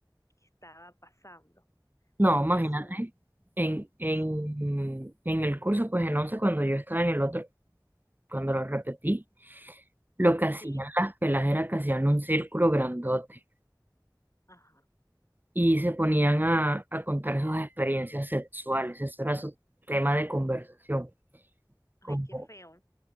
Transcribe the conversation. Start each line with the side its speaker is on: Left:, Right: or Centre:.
Left: que estaba pasando,
Right: No, imagínate,
Left: que su,
Right: en,
Left: sí,
Right: en, en el curso, pues en 11 cuando yo estaba en el otro Cuando lo repetí, lo que hacían
Left: sí,
Right: las pelas era que hacían un círculo grandote
Left: ajá,
Right: y se ponían a, a contar sus experiencias sexuales. ese era su tema de conversación.
Left: ay,
Right: Como,
Left: qué feo.